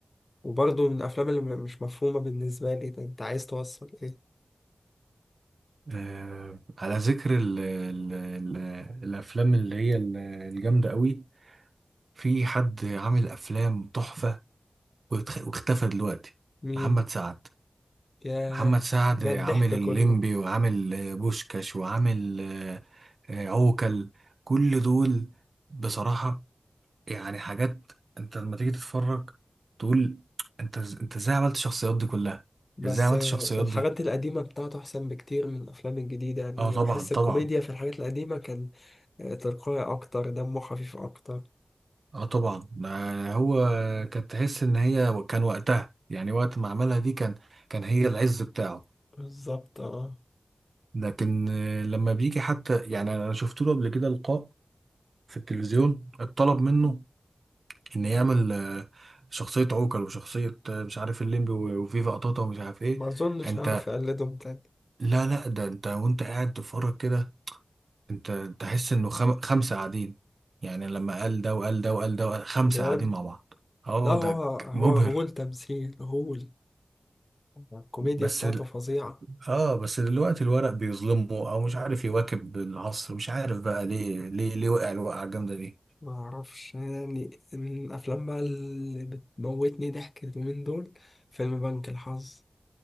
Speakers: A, on the left; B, on the right.
A: وبرضه من الأفلام اللي م- مش مفهومة بالنسبة لي ده أنت عايز توصل إيه
B: آه، على ذكر ال... ال... ال... الافلام اللي هي ال- الجامده قوي في حد عامل افلام تحفه واتخ- واختفى دلوقتي
A: مين
B: محمد سعد
A: ياه
B: محمد سعد
A: ده
B: عامل
A: الضحك
B: الليمبي
A: كله
B: وعامل آه، بوشكاش وعامل آه، آه، عوكل كل دول بصراحة يعني حاجات انت لما تيجي تتفرج تقول انت إز- انت ازاي عملت الشخصيات دي كلها
A: بس
B: ازاي عملت
A: آه،
B: الشخصيات
A: الحاجات
B: دي
A: القديمة بتاعته أحسن بكتير من الأفلام الجديدة يعني
B: اه طبعا
A: بحس الكوميديا
B: طبعا
A: في الحاجات القديمة كان آه، تلقائي أكتر دمه خفيف أكتر
B: اه طبعا ما هو كانت تحس ان هي و- كان وقتها يعني وقت ما عملها دي كان كان هي العز بتاعه
A: بالظبط اه
B: لكن آه، لما بيجي حتى يعني انا شفت له قبل كده لقاء في التلفزيون اتطلب منه ان يعمل آه، شخصية عوكل وشخصية آه، مش عارف الليمبي و- وفيفا قطاطا ومش عارف ايه
A: ما أظنش
B: انت
A: هعرف أقلدهم تاني
B: لا لا ده انت وانت قاعد تتفرج كده انت تحس انه خم... خمسة قاعدين يعني لما قال ده وقال ده وقال ده وقال خمسة
A: بجد
B: قاعدين مع بعض اه
A: لا هو
B: ده
A: هو
B: ك- مبهر
A: هول تمثيل هول الكوميديا
B: بس
A: بتاعته
B: ال...
A: فظيعة
B: اه بس دلوقتي الورق بيظلمه او مش عارف يواكب العصر مش عارف بقى ليه ليه ليه وقع الوقعة الجامدة دي
A: ما أعرفش يعني من الأفلام بقى اللي بتموتني ضحك اليومين دول فيلم بنك الحظ